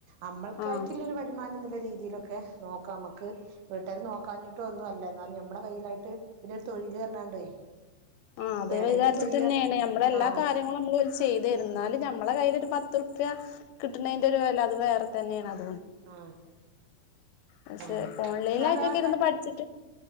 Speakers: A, on the right; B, on the left.
A: അമ്മൾക്കായിട്ടുള്ളരു
B: ആഹ്
A: വരുമാനം എന്നുള്ള രീതിയിലൊക്കെ ഓക്കേ നോക്കാം നമുക്ക് വീട്ടുകാർ നോക്കാഞ്ഞിട്ടും ഒന്നും അല്ല എന്നാലും നമ്മെ കയ്യിലായിട്ടോരു ഒരു തൊഴിൽ <unintelligible>
B: ആ അത്
A: വേണെങ്കി
B: വചാരത്തി
A: ചെയ്യാ
B: തന്നെയാണ് നമ്മൾ എല്ലാ
A: ആ
B: കാര്യങ്ങളും നമ്മള് ചെയ്തരുന്നാല ഞമ്മളെ കയ്യിൽ ഒരു പത്തു റുപ്യ കിട്ടുന്നതിന്റെ ഒരു വില അത് വേറെ തന്നെയാണ്ണത്.
A: ആ
B: പക്ഷെ
A: ആ
B: ഓൺലൈനായിട്ടൊക്കെ
A: എന്നാലും ആ
B: ഇരുന്ന് പഠിച്ചിട്ട്